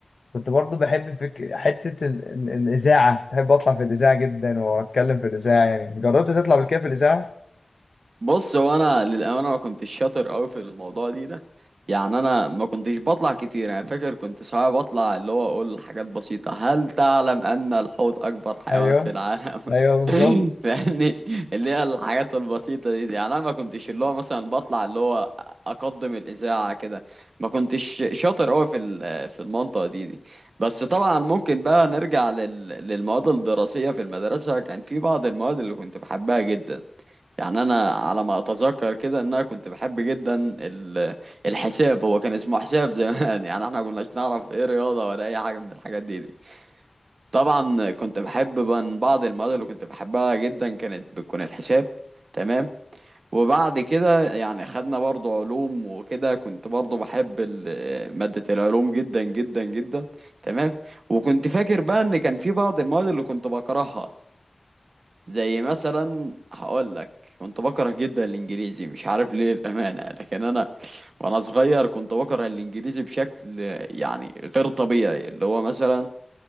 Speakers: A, on the left; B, on the right.
A: كنت برضه بحب فك... حته ال... ال- الاذاعه بحب اطلع في الاذاعه جدا واتكلم في الاذاعه يعني جربت تطلع قبل كده في الاذاعه
B: بص هو انا للامانه ما كنتش شاطر قوي في الموضوع دي ده يعني انا ما كنتش بطلع كتير انا فاكر كنت ساعات بطلع اللي هو اقول حاجات بسيطه هل تعلم ان الحوت اكبر حيوان
A: ايوه
B: في العالم
A: ايوه بالظبط
B: <laughs> فاهمني اللي هي الحاجات البسيطه دي, دي يعني انا ما كنتش اللي هو مثلا بطلع اللي هو اقدم الاذاعه كده ما كنتش شاطر قوي في ال- في المنطقه دي دي بس طبعا ممكن بقى نرجع لل- للمواد الدراسيه في المدرسه كان في بعض المواد اللي كنت بحبها جدا يعني انا على ما اتذكر كده ان انا كنت بحب جدا ال- الحساب هو كان اسمه حساب زمان <laughs> يعني احنا كناش نعرف ايه رياضه ولا اي حاجه من الحاجات دي, دي. طبعا كنت بحب من بعض المواد اللي كنت بحبها جدا كانت بتكون الحساب تمام وبعد كده يعني خدنا برضو علوم وكده كنت برضو بحب ال- ماده العلوم جدا جدا جدا تمام وكنت فاكر بقى ان كان في بعض المواد اللي كنت بكرهها زي مثلا هقول لك كنت بكره جدا الانجليزي مش عارف ليه الامانه لكن انا وانا صغير كنت بكره الانجليزي بشكل يعني غير طبيعي اللي هو مثلا